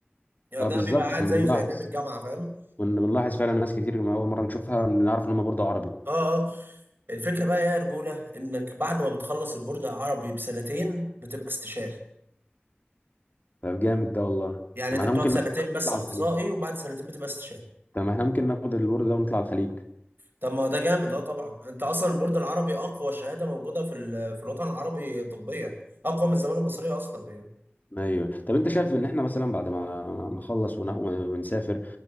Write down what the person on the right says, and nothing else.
يعني
ده
بيبقى قاعد
زيه
زي نائب الجامعه فاهم
اه اه الفكره بقى إيه يا رجوله انك بعد ما بتخلص البورد العربي بسنتين بتبقى استشاري
يعني
انت
بتقعد
سنتين
بس
اخصائي
وبعد سنتين بتبقى استشاري
طب ما ده جامد اه طبعا انت اصلا البورد العربي اقوى شهاده موجوده في ال- في الوطن العربي طبيا اقوى من الزماله المصريه اصلا يعني